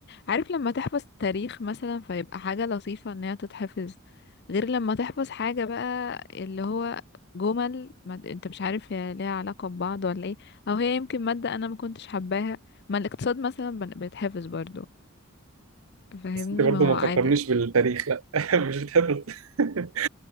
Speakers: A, on the left; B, on the right.
A: عارف لما تحفظ تاريخ مثلا فيبقى حاجة لطيفة ان هي تتحفظ غير لما تحفظ حاجة بقى اللي هو جمل ما انت مش عارف هي ليها علاقة ببعض ولا ايه او هي يمكن مادة انا ما كنتش حباها ما الاقتصاد مثلا بن- بيتحفظ برضو فاهمني
B: بس انت برضه
A: ما هو
B: ما
A: عادي
B: تفكرنيش بالتاريخ لا <laughs> مش بتحفظ <laughs>